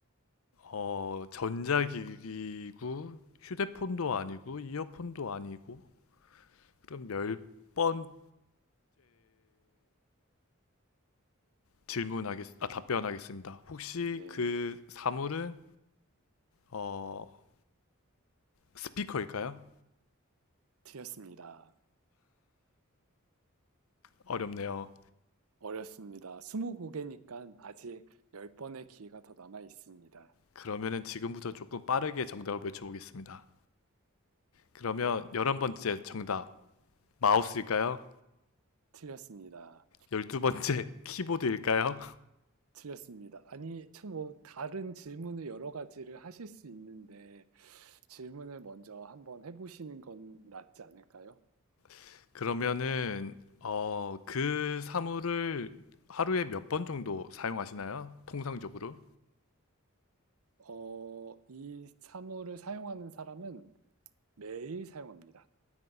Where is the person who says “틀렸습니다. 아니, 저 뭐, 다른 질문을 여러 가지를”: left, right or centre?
Right